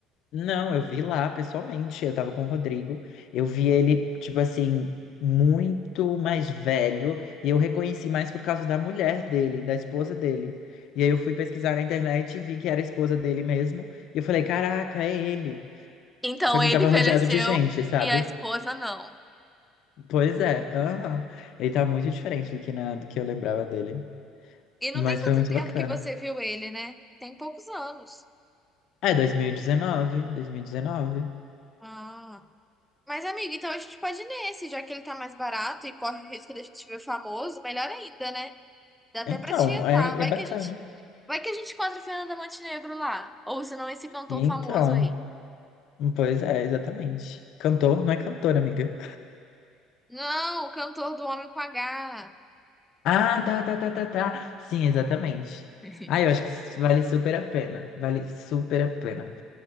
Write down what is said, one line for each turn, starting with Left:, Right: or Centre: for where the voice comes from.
Left: Não, eu vi lá pessoalmente. Eu tava com o Rodrigo. Eu vi ele, tipo assim, muito mais velho. E eu reconheci mais por causa da mulher dele, da esposa dele. E aí eu fui pesquisar na internet e vi que era a esposa dele mesmo. E eu falei, caraca, é ele.
Centre: Então
Left: Só que
Centre: ele
Left: ele tava
Centre: envelheceu
Left: rodeado de gente, sabe?
Centre: e a esposa não.
Left: Pois é. aham. Ele tá muito diferente do que, na, do que eu lembrava dele.
Centre: E não
Left: Mas
Centre: tem tanto
Left: foi muito
Centre: tempo
Left: bacana.
Centre: que você viu ele, né? Tem poucos anos.
Left: É, dois mil e 2019.
Centre: Ah. Mas, amigo, então a gente pode ir nesse, já que ele tá mais barato e corre o risco de a gente ver famoso, melhor ainda, né? Dá até
Left: Então,
Centre: pra tietar.
Left: é,
Centre: Vai
Left: é bacana.
Centre: que a gente, vai que a gente encontra o Fernanda Montenegro lá. Ou senão esse cantor
Left: Então.
Centre: famoso aí.
Left: Pois é, exatamente. Cantor não é cantor, amiga.
Centre: Não, o cantor do Homem com H.
Left: Ah, tá, tá, tá, tá, tá. Sim, exatamente.
Centre: <laughs>
Left: Ah, eu acho que isso vale super a pena. Vale super a pena.